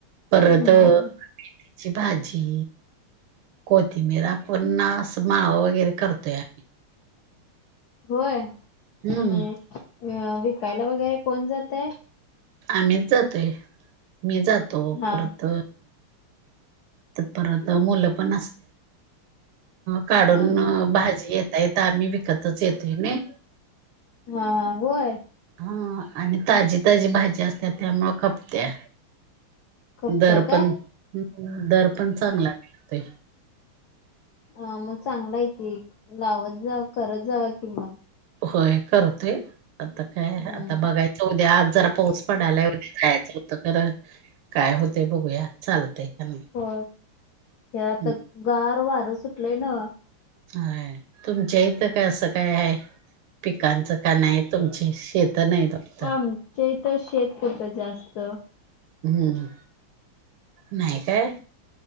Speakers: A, on the right (about 80°); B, on the left (about 80°).
A: परत
B: हम्म
A: मेथीची भाजी. कोथिबीर पण अस माव वगैरे करतोय आम्ही.
B: होय अनी
A: हम्म
B: अ विकायला वगैरे कोण जातय?
A: आम्हीच जातोय मी जातो
B: हा.
A: परत तपरत मुलं काडून
B: हा हा हा.
A: भाजी येताता आ ताच येतोय नाही.
B: हा हा होय
A: हा आणि ताजी ताजी भाजी असत त्यामुळ कपत्या.
B: खपत्या
A: दर
B: काय?
A: पण दर पण चांगला मिळतोय
B: अ मग चांगला आहे की लावत जा करत जावा कि मग.
A: होय करतोय आता काय
B: हम्म
A: आता बघायच उद्या आज जरा पाऊस पडायला उद्या जायचं होतं खरं काय होते बघूया चालतय का नाही.
B: हो हेता
A: हम्म,
B: गार वार सुटलंय ना.
A: हा तुमच्या इथं काय असं काय आहे? पिकांचं काण तुमचे शेत नाही. वाटतं
B: ममचे तर शेक कुट जास्त.
A: हम्म नाही काय?